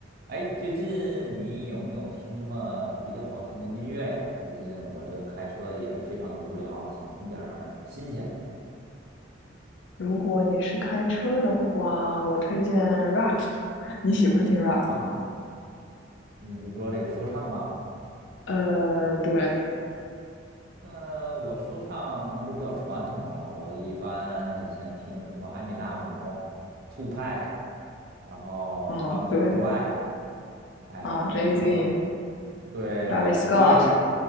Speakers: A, on the right; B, on the left.
A: 哎，最近你有没有听什么比较好听的音乐呀？最近我这个开车也非常的无聊，想听点儿新鲜的
B: 如果你是开车的话，我推荐 rap。你喜欢听 rap
A: 啊。
B: 吗？
A: 你是说这个说唱吗？
B: 呃，对，
A: 呃，我说唱可能就比较传统了。我一般以前听什么艾米纳姆、t w o p a c k 然后
B: 嗯，
A: Dr. o o
B: 对，
A: c t Dre，哎，
B: 啊，Jay-Z、
A: 然后对老爹，
B: d a v i d Scott、